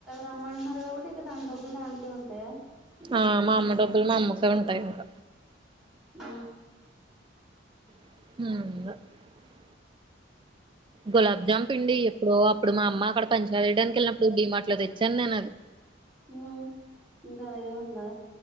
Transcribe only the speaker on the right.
ఆ మా అమ్మ డబ్బులు మా అమ్మకే ఉంటాయి ఇంక
<unintelligible> గులాబ్ జామ్ పిండి ఎప్పుడో అప్పుడు మా అమ్మ అక్కడ పని చేయడానికెళ్ళినప్పుడు డీ మార్ట్ లో తెచ్చాను నేను అది